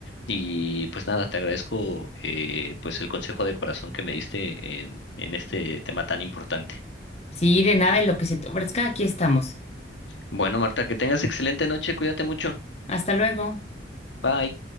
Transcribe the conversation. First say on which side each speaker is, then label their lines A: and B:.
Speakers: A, on the left; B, on the left.
A: Y pues nada, te agradezco eh, pues el consejo de corazón que me diste en, en este tema tan importante.
B: Sí, de nada, en lo que se te ofrezca, aquí estamos.
A: Bueno, Marta, que tengas excelente noche, cuídate mucho.
B: Hasta luego.
A: Bye.